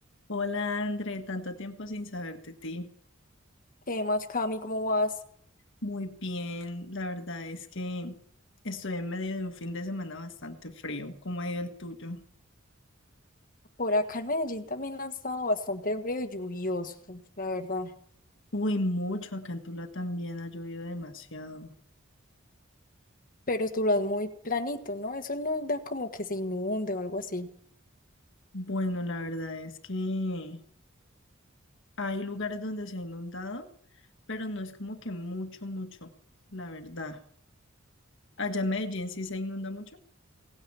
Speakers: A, on the left; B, on the left.
A: Hola André, tanto tiempo sin saber de ti.
B: ¿Qué más, Cami? ¿Cómo vas?
A: Muy bien, la verdad es que estoy en medio de un fin de semana bastante frío. ¿Cómo ha ido el tuyo?
B: Por acá en Medellín también ha estado bastante frío y lluvioso, la verdad.
A: Uy, mucho, acá en Tula también ha llovido demasiado.
B: Pero tú lo has muy planito, ¿no? Eso no da como que se inunde o algo así.
A: Bueno, la verdad es que hay lugares donde se ha inundado, pero no es como que mucho, mucho, la verdad. Allá en Medellín sí se inunda mucho.